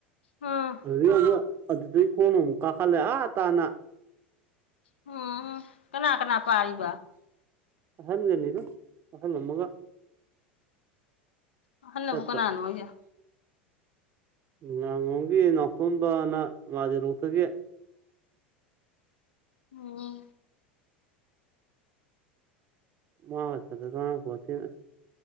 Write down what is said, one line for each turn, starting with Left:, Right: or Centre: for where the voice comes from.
Left: ꯎꯝ
Right: ꯑꯗꯨꯗꯩ ꯑꯃꯨꯛ ꯑꯗꯨꯗꯩ ꯈꯣꯡꯅ ꯑꯃꯨꯛ ꯀꯥꯈꯠꯂꯦ ꯑꯥ ꯇꯥꯅ
Left: ꯎꯝ ꯎꯝ ꯀꯅꯥ ꯀꯅꯥ ꯄꯥꯔꯤꯕ
Right: ꯑꯍꯟꯒꯅꯤꯗ ꯑꯍꯟ ꯑꯃꯒ
Left: ꯑꯍꯜꯂꯕꯨ
Right: ꯆꯠꯄ
Left: ꯀꯅꯥꯅꯣ ꯍꯥꯏꯁꯦ
Right: ꯉꯥꯉꯣꯝꯒꯤ ꯅꯥꯎꯇꯣꯝꯕꯅ ꯉꯖꯦꯔꯣꯛꯇꯒꯤ
Left: ꯎꯝ
Right: ꯃꯒꯥ ꯆꯠꯂꯦ ꯀꯥꯟꯅ ꯄꯣꯟꯇꯦꯅ